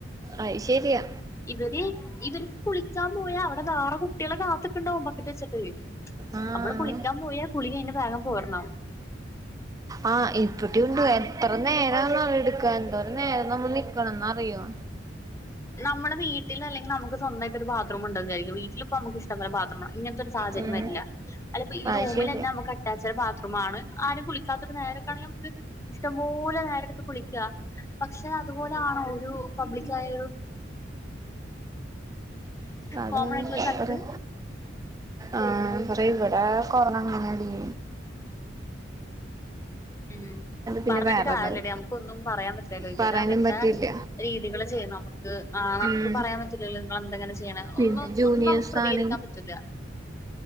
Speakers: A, on the right; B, on the left.
A: അത് ശരിയാ
B: ഇവര് ഇവർക്ക് കുളിക്കാൻ പോയാ അവിടെ വേറെ കുട്ടികളെ കാ ണ്ടക്ക വെച്ചട്ട്
A: ആഹ്
B: നമ്മള് കുളിക്കാൻ പോയാള <unintelligible> താങ്ങ പോർണോ
A: ആഹ് ഇപ്പട്ടി ഉണ്ട് എത്ര നേരംള എടു ന എന്തോര നേ നമ്മൾ നിക്കണംന്ന അറിയോ
B: നമ്മുടെ വീട്ടിൽ അല്ലെങ്കിൽ നമുക്ക് നവായിട്ട ഒരു ബാത്റൂം ഉണ്ടരിക്കും വീട്ടിലിപ്പ നമക്ക് ഇഷ്ട പോല ബാത്റൂംണ് അങ്ങനത്തെ ഒരു സാഹര്യ
A: ഉം
B: വരില്ല അപ്പപ്പോ ഈറൂമിൽന്നെ
A: അത് ശരിയാ
B: നമക്ക് അറ്റാച്ചഡ ബാത്റൂ ആരും കുളിക്കാത്ത ഒരു നേരൊക്കെണെങ്കിൽ നമക്ക് ഇഷ്ടംപോലെ നേരെ അടുത്ത് കുളിക്കുക ക്ഷെ അതുപോലെ ആണോ ഒരു പബ്ലിക്കായ
A: അതങ്ങപപ്പറ്
B: കോമൺ ആയിട്ടുള്ള ഒരു സ്ഥലത്ത്
A: ആഹ് അറവിടെ കൊറോണങ്ങനാടി
B: ഉം
A: പിന്നെ
B: പറഞ്ഞിട്ട്
A: വേറെതാവും
B: കാരില്ലടി മ്മക്കൊന്നും പറയാൻ പറ്റില്ലല്ലോ ഇവരെ
A: പറയാനും
B: അവർടെ
A: പറ്റില്ല
B: രീതികള് ചെയ്യുന്നു നമുക്ക് ആഹ് നമക്ക്പറയാൻ
A: ഉം
B: പറ്റില്ലല്ലോ നിങ്ങളെന്താങ്ങനെചെ- ണെ
A: പിന്നെ
B: ഒന്നും
A: ജൂനിയേഴ്സാണ്
B: ഒന്നും നമുക്ക് പ്രതികരിക്കാൻ പറ്റില്ല